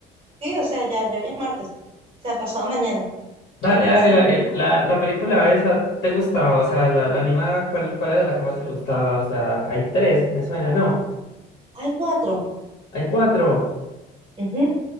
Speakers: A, on the right; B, on the left.
A: sí, o sea, ya, ya hoy es martes, o sea, pasado mañana.
B: Dale,
A: Entonces,
B: dale, la, el- la, la película esa, ¿te gustaba? O sea, la, la animada, ¿cuál, cuál era la que más te gustaba? O sea, hay tres, me suena, ¿no?
A: hay cuatro.
B: Hay cuatro.
A: Ujú.